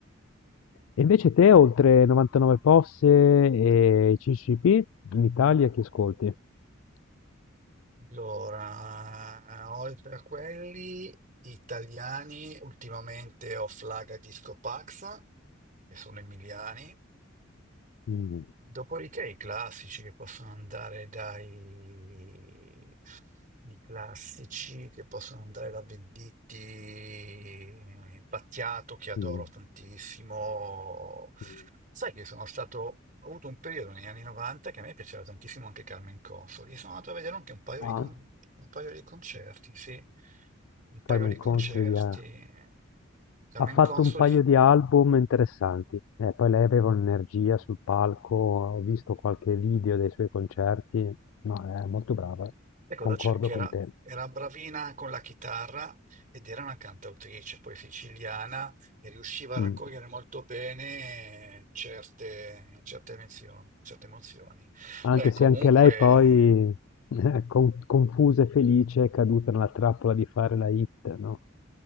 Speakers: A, on the left; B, on the right.
A: E invece te, oltre 99 Posse e CCP, in Italia chi ascolti?
B: Allora, oltre a quelli italiani, ultimamente ho Flaga Disco Pax, che sono emiliani.
A: Mm,
B: Dopodiché i classici che possono andare dai i classici che possono andare da Venditti, Battiato che adoro
A: mm,
B: tantissimo.
A: mm.
B: Sai che sono stato, ho avuto un periodo negli anni 90 che a me piaceva tantissimo anche Carmen Consoli. E sono andato a vedere anche un paio
A: Ah,
B: di, con- un paio di concerti, sì, un paio
A: Carmen
B: di
A: Consoli
B: concerti.
A: ha,
B: Carmen
A: ha fatto
B: Consoli.
A: un paio di album interessanti. Eh, poi lei aveva un'energia sul palco, ho visto qualche video dei suoi concerti, ma è molto brava,
B: E cosa
A: concordo
B: c'è? Che
A: con
B: era,
A: te.
B: era bravina con la chitarra ed era una cantautrice, poi siciliana, e riusciva a
A: Mm.
B: raccogliere molto bene eh, certe, certe emozio- certe emozioni.
A: Anche
B: Eh, comunque,
A: se anche lei poi, <laughs> con- confusa e felice, è caduta nella trappola di fare la hit, no?